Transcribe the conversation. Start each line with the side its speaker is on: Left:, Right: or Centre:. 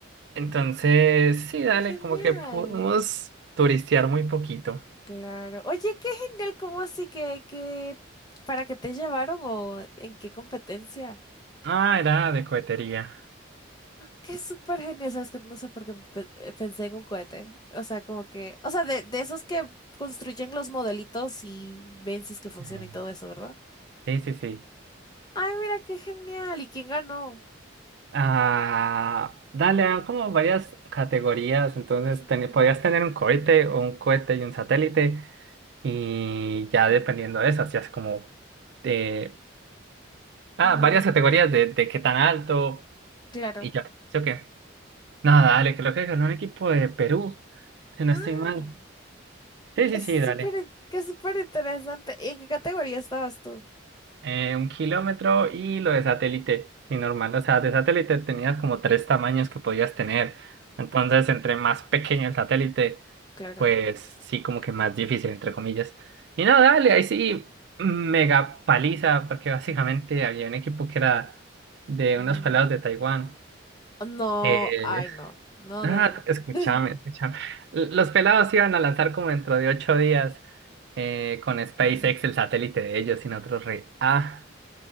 Right: Entonces,
Left: Mm,
Right: sí, dale,
Left: ¡Qué genial!
Right: como que pudimos turistear muy poquito.
Left: Claro. Oye, qué genial, ¿cómo así que, que para qué te llevaron o en qué competencia?
Right: Ah, era de cohetería.
Left: Qué súper genial, sabes que no sé por qué pe- eh, pensé en un cohete. O sea, como que, o sea, de, de esos que construyen los modelitos y ven si es que funciona
Right: Ah,
Left: y todo eso, ¿verdad?
Right: Sí, sí, sí.
Left: Ay, mira, qué genial. ¿Y quién ganó?
Right: Ah, dale, ah, como varias categorías. Entonces,
Left: Ujú,
Right: teni- podías tener un cohete o un cohete y un satélite. Y ya
Left: ujú,
Right: dependiendo de eso, hacías como eh, ah,
Left: ujú,
Right: varias categorías de, de qué tan alto
Left: Claro.
Right: y ya. ¿Sí o qué? Nada, dale, creo que ganó un equipo de Perú, si no
Left: Ah,
Right: estoy mal. Sí,
Left: qué
Right: sí,
Left: súper,
Right: sí, dale.
Left: in- qué súper interesante. ¿Y en qué categoría estabas tú?
Right: Eh, un kilómetro y lo de satélite, sí, normal. O sea, de satélite tenías como tres tamaños que podías tener. Entonces, entre más pequeño el satélite,
Left: claro.
Right: pues sí, como que más difícil, entre comillas. Y no, dale, ahí sí, mega paliza, porque básicamente había un equipo que era de
Left: Ujú.
Right: unos pelados de Taiwán.
Left: No,
Right: Eh,
Left: ay, no.
Right: <laughs>
Left: No,
Right: nada,
Left: no, no.
Right: escúchame,
Left: <laughs>
Right: escúchame. L- Los pelados iban a lanzar como dentro de ocho días eh, con SpaceX
Left: Ujú.
Right: el satélite de ellos y nosotros re. Ah.